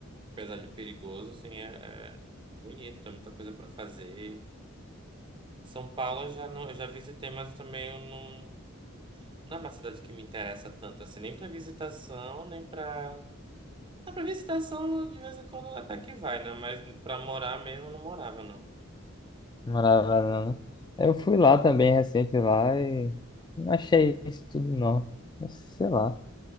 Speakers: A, on the right; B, on the left.
A: Apesar de perigoso, assim, é, é bonito, tem muita coisa para fazer. São Paulo eu já não, eu já visitei, mas também eu não, não é uma cidade que me interessa tanto assim, nem para visitação, nem para, para visitação de vez em quando até que vai, né? Mas para morar mesmo eu não morava, não.
B: Morar lá, não, né? Eu fui lá também, recente lá, e não achei isso tudo, não. Mas, Sei lá.